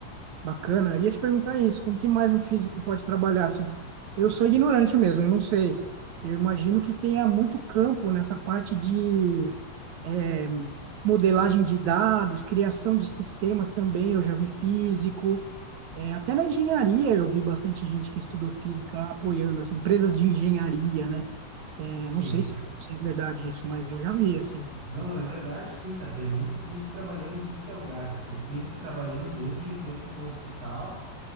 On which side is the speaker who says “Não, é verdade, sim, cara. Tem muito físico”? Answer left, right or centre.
Right